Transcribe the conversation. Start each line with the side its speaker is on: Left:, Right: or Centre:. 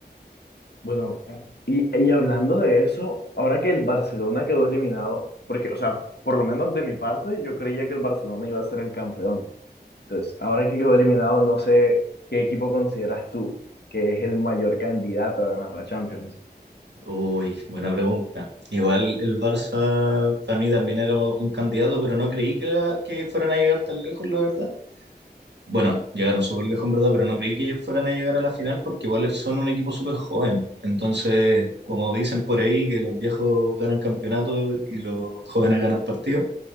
Left: Bueno, y, y hablando de eso, ahora que el Barcelona quedó eliminado, porque, o sea, por lo menos de mi parte, yo creía que el Barcelona iba a ser el campeón. Entonces, ahora que quedó eliminado, no sé qué equipo consideras tú que es el mayor candidato a ganar la Champions.
Right: Uy, buena pregunta. Igual el Barça para mí también era un candidato, pero no creí que, la- que fueran a llegar tan lejos, la verdad. Bueno, llegaron súper lejos en verdad, pero no creí que fueran a llegar a la final porque igual son un equipo súper joven. Entonces, como dicen por ahí, que los viejos ganan campeonatos y los jóvenes ganan partidos,